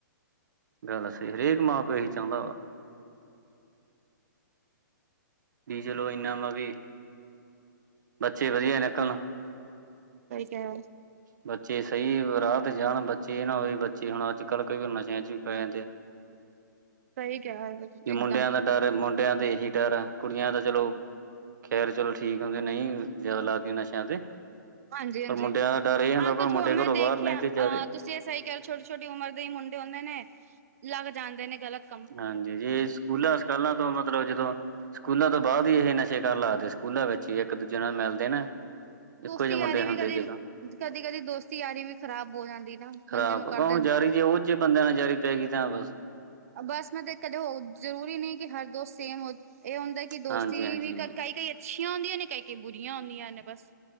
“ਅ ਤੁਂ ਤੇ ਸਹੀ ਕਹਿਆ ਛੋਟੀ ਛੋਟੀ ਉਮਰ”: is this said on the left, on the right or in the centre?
Right